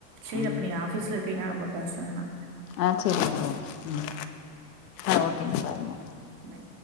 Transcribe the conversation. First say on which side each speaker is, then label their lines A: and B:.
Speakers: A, on the right; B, on the left.
A: சேரி
B: ம்
A: அப்ப நீங்க ஆப் ஆஃபீஸ்ல இருக்கீங்க ரொம்ப பேச வேணா
B: ஆஹ் சேரிங்க ஓகே மு ஆ ஓகேங்க பாய்ங்க
A: பை.